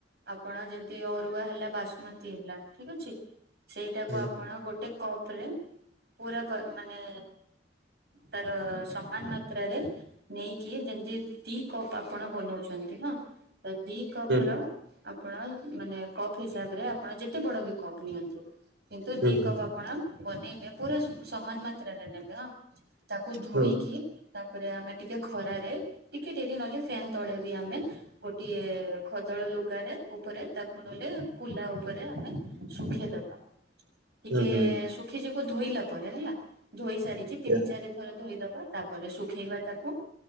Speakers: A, on the right (about 65°); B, on the right (about 80°).
A: ଆପଣ ଯେମିତି ଅରୁଆ ହେଲା ବାସୁମତି ହେଲା ଠିକ ଅଛି। ସେଇଟାକୁ
B: ହଁ
A: ଆପଣ ଗୋଟେ କପ ରେ ପୁରା ବା ମାନେ। ତାର ସମାନ ମାତ୍ରାରେ। ନେଇକି ଯେମିତି ଦି କପ ଆପଣ ବନଉଛନ୍ତି ହଁ ତ ଦି କପ
B: ହୁଁ
A: ର ଆ ଆପଣ ମାନେ କପ ହିସାବରେ ଆପଣ ଯେତେ ବଡ ବି କପ୍ ନିଅନ୍ତୁ କିନ୍ତୁ
B: ହୁଁ
A: ଦି
B: ହୁଁ
A: କପ୍ ଆ ଆପଣ ବନେଇବେ ପୁରା ଶୁ ସମାନ ମାତ୍ରାରେ ନେବ ତାକୁ ଧୋଇକି।
B: ହୁଁ
A: ତାପରେ ଆମେ ଟିକେ ଖରାରେ ଟିକେ ଡେରି ନହେଲେ ଫ୍ୟାନ ତଳେ ବି ଆମେ। ଗୋଟିଏ ଖଦଡ ଲୁଗାରେ ଉପରେ ତାକୁ ନହଲେ କୁଲା ଉପରେ ଆମେ ଶୁଖେଇଦବା। ଟିକେ
B: ହୁଁ ହୁଁ
A: ଶୁଖିଯିବ ଧୋଇଲା ପରେ ହେଲା ଧୋଇ ସାରିକି ତିନି
B: ହୁଁ
A: ଚାରି ଥର। ଧୋଇଦବ ତାପରେ ଶୁଖେଇବା ତାକୁ